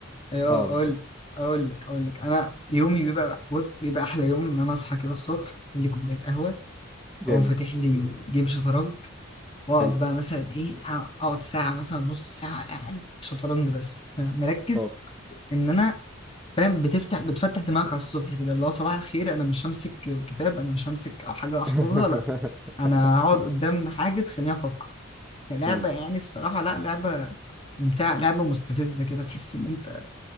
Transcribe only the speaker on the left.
ايوه
اقول
اقول لك اقول لك انا يومي بيبقى بص بيبقى احلى يوم ان انا اصحى كده الصبح اعمل لي كوبايه قهوه
اقوم فاتح لي جيم شطرنج واقعد
بقى مثلا ايه اقعد ساعه مثلا نص ساعه قاعد شطرنج بس مركز
ان انا فاهم بتفتح بتفتح دماغك على الصبح كده اللي هو صباح الخير انا مش همسك كتاب انا مش همسك حاجه احفظها
لا انا هقعد قدام حاجه تخليني افكر لعبة
يعني الصراحة لا لعبة ممتعة لعبة مستفزة كده تحس إن أنت